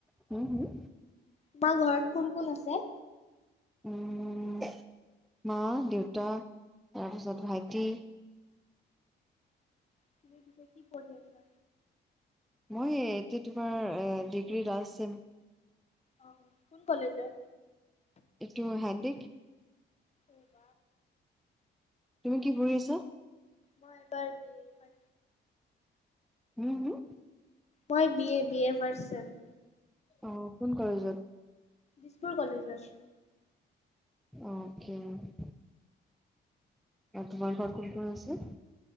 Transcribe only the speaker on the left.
তোমাৰ ঘৰত কোন কোন আছে?
তুমি পিছে কি পঢ়ি আছা?
আহ কোন কলেজৰ?
অব
মই পাৰ বি এই পা
মই বিএ বিএ বিএৰ ৰ্ফাষ্ট চেম।
দিছপুৰ কলেজৰ।